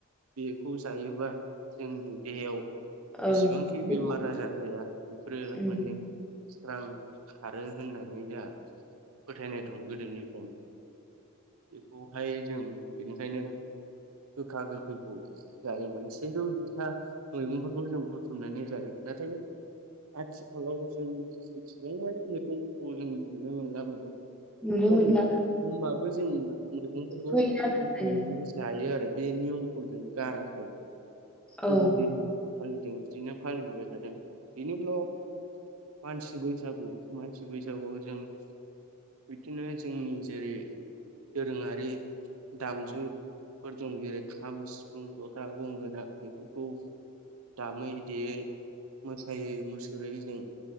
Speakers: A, on the right; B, in the centre.
A: बेखौ जायोबा जोंनि देहायाव जेसेबांखि
B: ओं बे
A: बेमार आजार होया बेफोरो
B: उम
A: माने सोरां खारो होननानै जोहा फोथायनाय दं गोदोनिफ्रायनो बेखौहाय जों बेनिखायनो गोखा गोखैखौ जायोमोन सेजौ जिथा मैगंफोरखौ जों बुथुमनानै जायो नाथाय आथिखालाव जों जेसेबां मैगंफोरखौ जों नुनो मोनलामोन
B: नुनो
A: खम
B: मोनला
A: होमबाबो जों मैगंफोरखौ
B: गैयानो होनजायो
A: बुथुमनानै जा यो आरो बे नियमखौ जों गाराखै गोदो
B: औ
A: जेरै फालिदों बिदिनो फालिबोबाय थादों बिनि फ्ल मानसि बैसागु मानसि बैसागुआव जों बिदिनो जोंनि जेरै दोरोङारि दामजुफोर दं जेरै खाम, सिफुं, जथा, गंगोना बेफोरखौ दामै देयै मो सायै मुसुरै जों